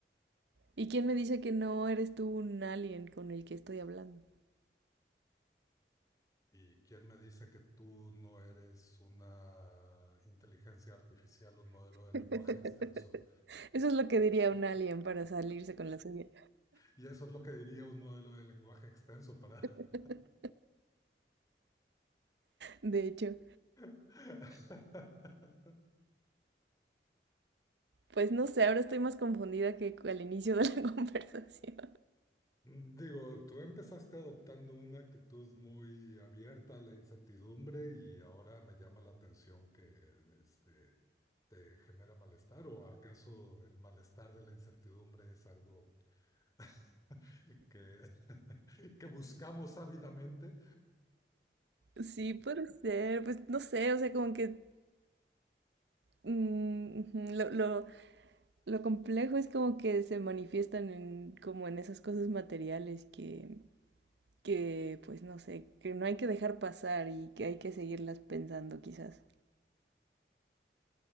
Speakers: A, on the right (about 85°); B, on the left (about 20°).
A: ¿Y quién me dice que no eres tú un alien con el que estoy hablando?
B: ¿Y quién me dice que tú no eres una inteligencia artificial, un modelo de
A: <laughs>
B: lenguaje extenso?
A: Eso es lo que diría un alien para salirse con la suya.
B: Y eso es lo que diría un modelo de lenguaje extenso para...
A: <laughs> De hecho.
B: <laughs>
A: Pues no sé, ahora estoy más confundida que al inicio de la <laughs> conversación.
B: Digo, tú empezaste adoptando una actitud muy abierta a la incertidumbre y ahora me llama la atención que este, te genera malestar o acaso el malestar de la incertidumbre es algo <laughs> que, <laughs> que buscamos ávidamente.
A: Sí, puede ser, pues no sé, o sea, como que mm, ujú, lo, lo, lo complejo es como que se manifiestan en, como en esas cosas materiales que, que, pues no sé, que no hay que dejar pasar y que hay que seguirlas pensando quizás.